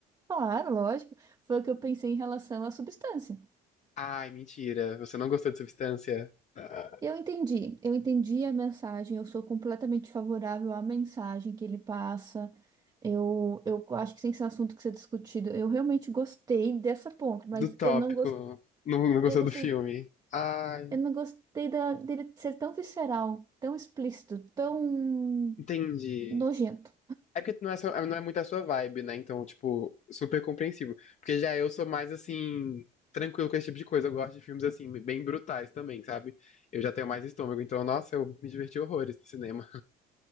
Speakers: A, on the right; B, on the left.
A: claro, lógico, foi o que eu pensei em relação à substância.
B: Ai, mentira. Você não gostou de Substância? Ah.
A: Eu entendi, eu entendi a mensagem, eu sou completamente favorável à mensagem que ele passa. Eu, eu acho que tem que ser um assunto que ser discutido. Eu realmente gostei dessa ponto, mas
B: do tópico.
A: eu não gostei,
B: Não, não gostou
A: eu gostei,
B: do filme. Ai,
A: eu não gostei da, dele ser tão visceral, tão explícito, tão
B: entendi.
A: nojento.
B: É porque não é, só- não é muito a sua vibe, né? Então, tipo, super compreensível. Porque já eu sou mais, assim, tranquilo com esse tipo de coisa. Eu gosto de filmes, assim, bem brutais também, sabe? Eu já tenho mais estômago. Então, nossa, eu me diverti horrores no cinema.